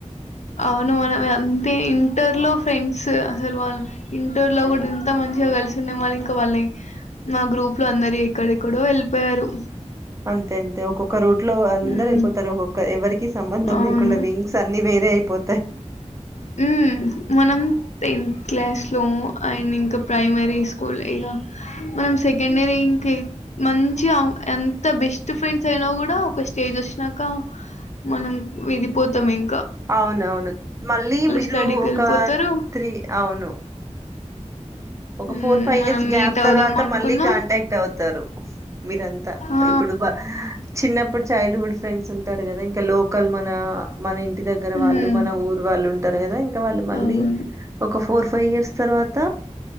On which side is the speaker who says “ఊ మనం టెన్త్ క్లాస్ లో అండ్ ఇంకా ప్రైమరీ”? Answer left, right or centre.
Left